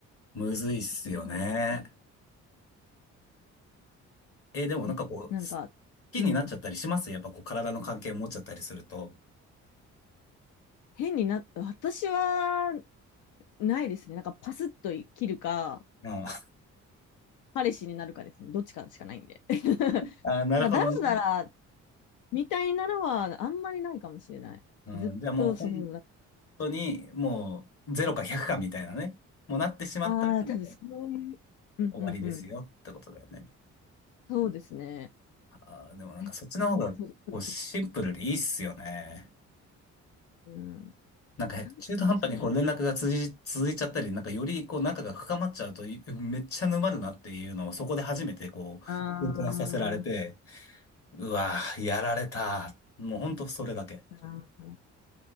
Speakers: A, on the left; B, on the left.
A: むずいっすよね。
B: うんうん
A: え、でもなんかこう、
B: え、なんか、
A: 好きになっちゃったりしますやっぱこう体の関係持っちゃったりすると。
B: うん、変にな、私はないですね。なんかパスッと切るか、
A: うん。<laughs>
B: 彼氏になるかですね。どっちかしかないんで。<laughs>
A: あー、なるほどね。
B: なんか、だらだらみたいなのはあんまりないかもしれない。
A: うん。
B: ずっと、
A: じゃあもう本
B: そうそう、なんか
A: 当にもうゼロか100かみたいなね、もうなってしまったらもう
B: ああ多分そういう、うんうんうん、
A: 終わりですよってことだよね。
B: そうですね。
A: あー、でもなんかそっちの方がこうシンプルでいいっすよね。
B: え、感そうです。うん、
A: なんか中途半端にこう連絡が続い、
B: なんそうですね。
A: 続いちゃったり、なんかよりこう仲が深まっちゃうとい <laughs> めっちゃ沼るなっていうのをそこで初めてこう、
B: あ
A: 痛感させられて、
B: あ。
A: うわー、やられた。もうほんとそれだけ。
B: あー